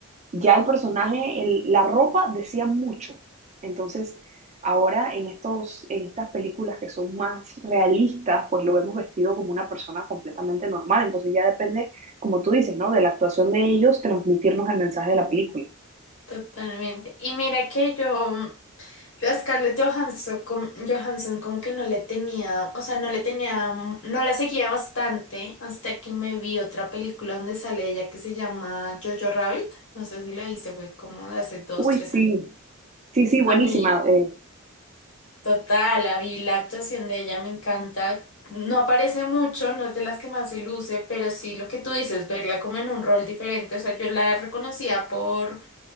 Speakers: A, on the right (about 35°); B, on the left (about 60°).
A: ya el personaje, el- la ropa decía mucho. Entonces, ahora en estos, en estas películas que son más realistas, pues lo vemos vestido como una persona completamente normal. Entonces ya depende, como tú dices, ¿no? De la actuación de ellos, transmitirnos el mensaje de la película.
B: Totalmente. Y mira que yo Yo a Scarlett Johansson, com- Johansson como que no le tenía, o sea, no le tenía, no la seguía bastante hasta que me vi otra película donde sale ella que se llama Jojo Rabbit, no sé si la viste, fue como de hace dos,
A: Uy,
B: tres
A: sí,
B: años.
A: sí, sí, buenísima.
B: A mí,
A: Eh,
B: total, a mí la actuación de ella me encanta, no aparece mucho, no es de las que más se luce, pero sí lo que tú dices, verla como en un rol diferente, o sea, yo la reconocía por